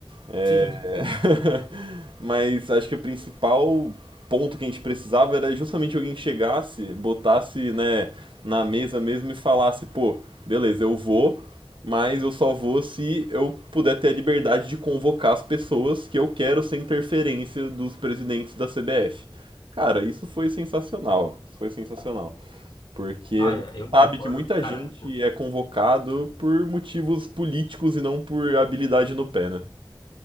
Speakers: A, on the right; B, on the left.
A: É,
B: Sim.
A: <laughs> Mas acho que o principal ponto que a gente precisava era justamente alguém que chegasse, botasse, né, na mesa mesmo e falasse, pô, beleza, eu vou, mas eu só vou se eu puder ter a liberdade de convocar as pessoas que eu quero sem interferência dos presidentes da CBF. Cara, isso foi sensacional, isso foi sensacional. Porque
B: Olha,
A: a gente
B: eu
A: sabe
B: concordo,
A: que muita
B: cara.
A: gente é convocado por motivos políticos e não por habilidade no pé, né?